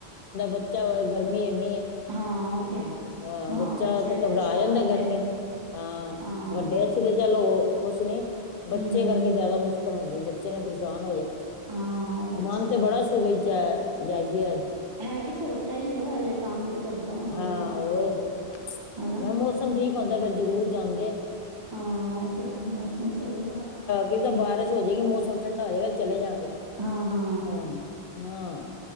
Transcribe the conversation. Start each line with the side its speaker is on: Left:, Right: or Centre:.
Left: ਉੱਤੋਂ ਗਰਮੀ ਏਨੀ ਏ।
Right: ਹਾਂ ਉਹ ਤੇ ਹੈ
Left: ਹਾਂ ਬੱਚਾ
Right: ਬੱਚੇ
Left: ਤੇ ਘਬਰਾ
Right: ਪਰੇਸ਼ਾਨ
Left: ਜਾਂਦਾ
Right: ਹੋ
Left: ਗਰਮੀ
Right: ਜਾਂਦੇ
Left: ਹਾਂ
Right: ਹਾਂ
Left: ਵੱਡੇ ਵਸਤੇ ਤੇ ਚੱਲ ਕੁਛ ਨੀ। ਬੱਚੇ
Right: ਹਮ
Left: ਕਰਕੇ ਜ਼ਿਆਦਾ ਮੁਸ਼ਕਿਲ ਹੁੰਦੀ ਬੱਚੇ ਨੇ ਪਰੇਸ਼ਾਨ ਹੋ ਜਾਣਾ ਏ।
Right: ਹਾਂ ਬੱਚਾ
Left: ਮਨ ਤੇ ਬੜਾ ਸੀ ਬਈ ਚ ਜਾਈਏ ਅੱਜ।
Right: ਹੈ ਵੀ ਛੋਟਾ ਈ ਏ ਨਾਲੇ ਤੰਗ ਤੇ ਕਰਦਾ ਹੋਣਾ
Left: ਹਾਂ
Right: ਬਥੇਰਾ।
Left: ਹੋਰ
Right: ਹਨਾ
Left: ਮੈਂ ਮੌਸਮ ਠੀਕ ਹੁੰਦਾ ਫਿਰ ਜ਼ਰੂਰ ਜਾਂਦੇ ਆ
Right: ਹਾਂ ਉਹ ਤੇ ਹੈ ਮੌਸਮ ਸਹੀ
Left: ਕੀ ਪਤਾ ਬਾਰਿਸ਼ ਹੋ ਜਾਏਗੀ, ਮੌਸਮ ਠੰਡਾ ਹੋ ਜਾਏਗਾ ਚਲੇ ਜਾਂਗੇ।
Right: ਹਾਂ ਹਾਂ
Left: ਹਾਂ-ਹਾਂ